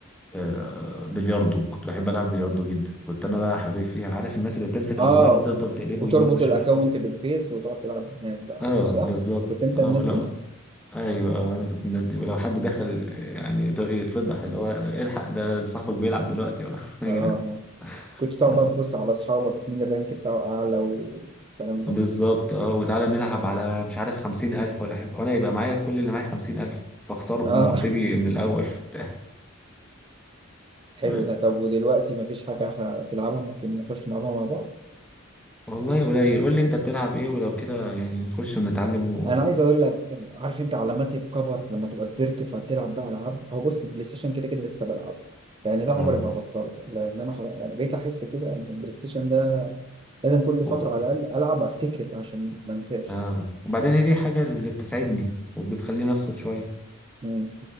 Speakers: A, in the centre; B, on the right (about 25°).
A: آه بلياردو كنت بحب العب بلياردو جدا كنت انا بقى حريف فيها عارف الناس اللي بتمسك
B: اه
A: الموبايل وتفضل تقلبه
B: وتربط
A: يمين وشمال
B: الاكونت بالفيس وتقعد تلعب بالناس بقى
A: اه
B: صح
A: بالظبط
B: كنت انت
A: اه
B: الناس
A: ولا
B: دي
A: ايوه آه انا كنت من الناس دي ولو حد دخل آه، يعني يت- يتفضح اللي هو الحق ده صاحبك بيلعب دلوقتي <laughs> يا
B: اه
A: جدعان
B: كنت تقعد
A: بس
B: بقى تبص على اصحابك مين الرانك بتاعه اعلى والكلام ده
A: بالظبط اه وتعالى نلعب على مش عارف خمسين ألف ولا حاجة وأنا يبقى معايا كل اللي معايا خمسين ألف فأخسرهم
B: اه
A: وأبتدي من الأول <laughs>
B: <laughs> حلو
A: بس
B: ده طب ودلوقتي مفيش حاجه ه- تلعبها ممكن نخش نلعبها مع بعض
A: والله قليل قول لي انت بتلعب ايه ولو كده يعني نخش ونتعلم و
B: انا عايز اقول لك عارف انت علامات الكبر لما تبقى كبرت فتلعب بقى العاب هو بص البلاي ستيشن كده كده لسه بلعبه يعني ده عمري
A: اه
B: ما هبطله لان انا خلاص يعني بقيت احس كده ان البلاي ستيشن ده لازم كل
A: و...
B: فتره على الاقل العب افتكر عشان ما انساش
A: اه وبعدين هي دي حاجة اللي بتسعدني وبتخليني افصل شوية
B: مم.